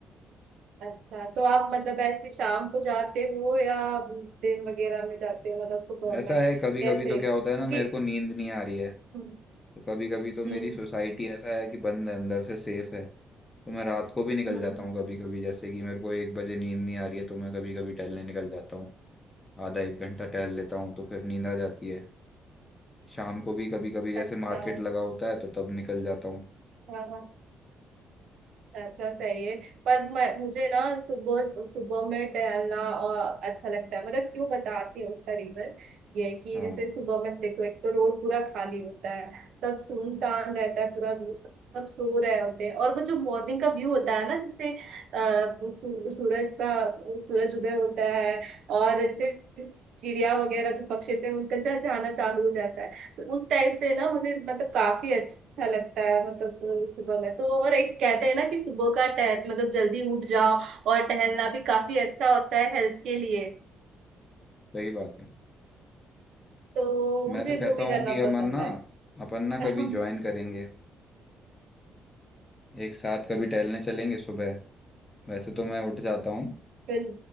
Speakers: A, on the right; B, on the left.
A: अच्छा तो आप मतलब ऐसे शाम को जाते हो या दिन वगैरह में जाते हो मतलब सुबह
B: ऐसा
A: में
B: है
A: कैसे
B: कभी कभी तो क्या
A: क्योंकि
B: होता है ना मेरे को नींद नहीं आ रही है
A: हम्म
B: तो कभी कभी तो मेरी
A: हम्म
B: सोसाइटी ऐसा है कि बंद है अंदर से सेफ है तो मैं रात को भी निकल
A: हम्म,
B: जाता हूँ कभी कभी जैसे कि मेरे को एक बजे नींद नहीं आ रही है तो मैं कभी कभी टहलने निकल जाता हूँ आधा एक घंटा टहल लेता हूँ तो फिर नींद आ जाती है शाम को भी कभी कभी जैसे
A: अच्छा
B: मार्केट लगा होता है तो तब निकल जाता हूँ
A: हाँ हाँ अच्छा सही है पर मैं मुझे ना सुबह सुबह में टहलना और अच्छा लगता है मतलब क्यों बताती हूँ उसका रीजन ये है कि
B: हाँ
A: जैसे सुबह में देखो एक तो रोड पूरा खाली होता है सब सुनसान रहता है पूरा रोड सब सो रहे होते हैं और वो जो मॉर्निंग का व्यू होता है ना जैसे अः सू, सूरज का सूरज उदय होता है और जैसे चिड़िया वगैरह जो पक्षी थे उनका चहचहाना चालू हो जाता है तो उस टाइप से ना मुझे मतलब काफी अच्छा लगता है मतलब अ, सुबह में तो और एक कहते हैं ना कि सुबह का टह मतलब जल्दी उठ जाओ और टहलना भी काफी अच्छा होता है हेल्थ के लिए
B: सही बात है
A: तो
B: मैं
A: मुझे
B: तो कहता
A: वो भी
B: हूँ
A: करना
B: कि अमन
A: पसंद
B: ना
A: है
B: अपन ना
A: <laughs>
B: कभी
A: हम्म,
B: ज्वाइन करेंगे एक साथ कभी टहलने चलेंगे सुबह वैसे तो मैं उठ जाता हूँ
A: बिल